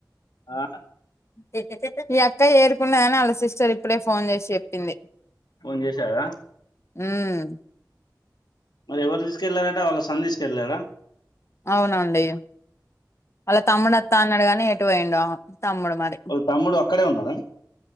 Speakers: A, on the left; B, on the left.
A: ఆ
B: ఈ ఈ ఈ అక్క ఏరుకున్నదని వాళ్ళ సిస్టర్ ఇప్పుడే ఫోన్ చేసి చెప్పింది
A: ఫోన్ చేసారా
B: ఉమ్
A: మరి ఎవరు తీసుకెళ్ళలారట వాళ్ళ సన్ని తీసుకెళ్ళారా
B: అవునండి వాళ్ళ తమ్ముడు అత్తా అన్నాడు కాని ఎటు పోయిండో తమ్ముడు మరి
A: వాళ్ళ తమ్ముడు అక్కడే ఉన్నాద